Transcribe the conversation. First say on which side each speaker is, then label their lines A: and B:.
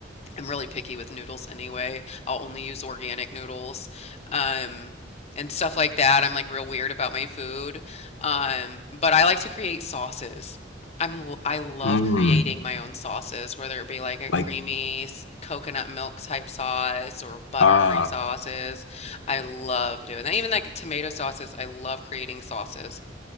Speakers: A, on the left; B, on the left.
A: I'm really picky with noodles anyway. I'll only use organic noodles, um, and stuff like that. I'm like real weird about my food. Um, but I like to create sauces. I'm l- I love
B: Mm,
A: creating my own sauces, whether it be like a creamy
B: like
A: s- coconut milk type sauce or buttery
B: uh
A: sauces. I love doing that. Even like tomato sauces, I love creating sauces